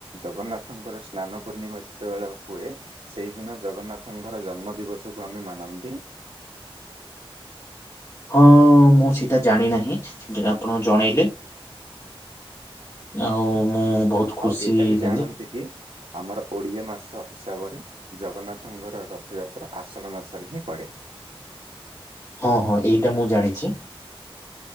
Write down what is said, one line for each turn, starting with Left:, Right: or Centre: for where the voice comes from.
Right: ଜଗନ୍ନାଥଙ୍କର ସ୍ନାନ ପୂର୍ଣ୍ଣିମା ଯେତେବେଳେ ହୁଏ ସେହିଦିନ ଜଗନ୍ନାଥଙ୍କର ଜନ୍ମ ଦିବସକୁ ଆମେ ମାନନ୍ତି।
Left: ହଁ ମୁଁ ସେଇଟା ଜାଣି ନାହିଁ ଯୋଉଟା ଆପଣ ଜଣେଇଲେ। ଆଉ। ମୁଁ ବହୁତ
Right: ଜ
Left: ଖୁସି
Right: ଆଉ ଏଇଟା ବି
Left: ହେଲି।
Right: ଜାଣନ୍ତି କି। ଆମର ଓଡ଼ିଆ ମାସ ହିସାବରେ ଜଗନ୍ନାଥଙ୍କର ରଥଯାତ୍ରା ଆଷାଢ଼ ମାସରେ ହିଁ ପଡ଼େ।
Left: ହଁ ହଁ ଏଇଟା ମୁଁ ଜାଣିଚି।